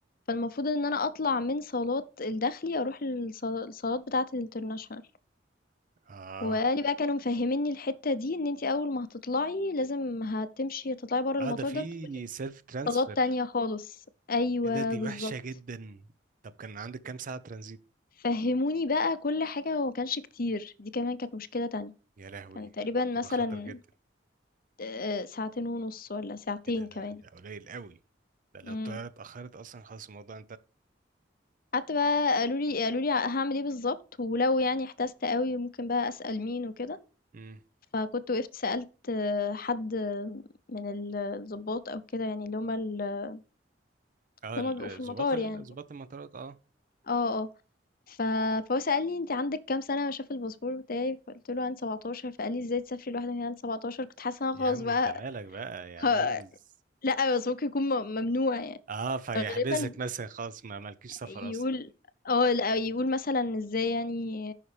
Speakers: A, on the left (about 50°); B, on the right (about 45°).
A: فالمفروض إن أنا أطلع من صالات الداخلي أروح للصلا الصالات بتاعة الinternational
B: اه
A: وقال لي بقى كانوا مفهّمينّي الحتّة دي إن أنتِ أول ما هتطلعي لازم هتمشي تطلعي برّه
B: اه
A: المطار
B: ده في
A: ده وتدخلي
B: سيلف ترانسفير
A: صالات تانية خالص، أيوه
B: ايه ده دي
A: بالضبط،
B: وحشه جدا طب كان عندك كام ساعه ترانزيت
A: فهّموني بقى كل حاجة وما كانش كتير، دي كمان كانت مشكلة تانية،
B: يا لهوي
A: كان تقريبًا
B: دي بتبقى
A: مثلًا
B: خطر جدا
A: آآ ساعتين ونُص والّا ساعتين
B: كده ده
A: كمان،
B: ده قليل قوي ده لو
A: إمم،
B: الطياره اتاخرت اصلا خلاص الموضوع
A: قعدت بقى قالوا لي قالوا لي ع هاعمل إيه بالضبط، ولو يعني احتجت أوي ممكن بقى أسأل مين وكده،
B: انتهى
A: فكنت وقفت سألت آه، حد من ال الضباط أو كده يعني اللي هم ال اللي
B: اه
A: هم
B: ال-
A: بيبقوا في المطار
B: ظباط ال-
A: يعني،
B: ظباط المطارات اه
A: آه، آه، ف فهو سألني أنتِ عندِك كام سنة؟ شاف الباسبور بتاعي فقُلت له عندي 17 فقال لي: "إزاي تسافري لوحدِك هنا عندِك 17؟" كنت حاسة إن أنا
B: يا
A: خلاص
B: عم
A: بقى
B: انت مالك بقى يا عم
A: ه
B: انجز
A: لأ، بس ممكن يكون م ممنوع يعني،
B: اه فيحبسك
A: فغالبًا
B: مثلا خلاص ما مالكيش سفر
A: يقول
B: اصلا
A: آه، لأ، يقول مثلًا إزاي يعني